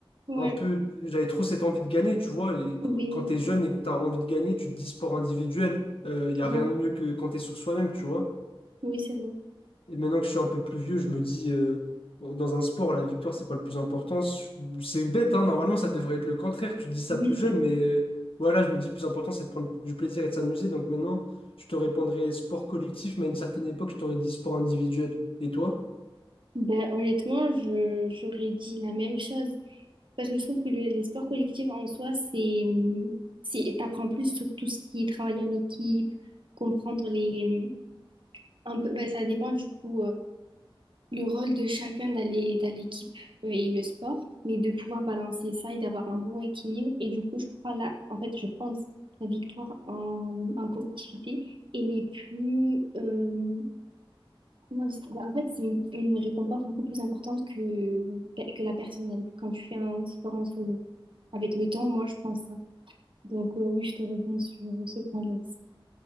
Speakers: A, on the right; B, on the left.
A: Ouais,
B: un peu, j'avais trop cette envie de gagner, tu vois. Et
A: oui,
B: qu- quand t'es jeune et que t'as envie de gagner, tu te dis sport individuel. Il y
A: ouais.
B: a rien de mieux que quand t'es sur soi-même, tu vois.
A: Oui, c'est vrai.
B: Et maintenant que je suis un peu plus vieux, je me dis, euh, bon, dans un sport, la victoire, c'est pas le plus important. C'est bête, hein, normalement, ça devrait être le contraire. Tu dis ça
A: Oui,
B: plus jeune,
A: c'est
B: mais
A: vrai.
B: euh, voilà, je me dis, le plus important, c'est de prendre du plaisir et de s'amuser. Donc maintenant, je te répondrai sport collectif, mais à une certaine époque, je t'aurais dit sport individuel. Et toi?
A: Ben, honnêtement, je, j'aurais dit la même chose. Parce que je trouve que le- les sports collectifs en soi, c'est, c'est, t'apprends plus sur tout ce qui est travailler en équipe, comprendre les, un peu, ben, ça dépend du coup, euh, le rôle de chacun dans les- dans l'équipe euh, et le sport, mais de pouvoir balancer ça et d'avoir un bon équilibre. Et du coup, je crois là, en fait, je pense, la victoire en, en collectivité, elle est plus, euh, Comment dire Ben, En fait, c'est une, une récompense beaucoup plus importante que, que la personnelle quand tu fais un sport en solo. Avec le temps, moi, je pense ça. Donc, euh, oui, je te rejoins sur euh, ce point-là aussi.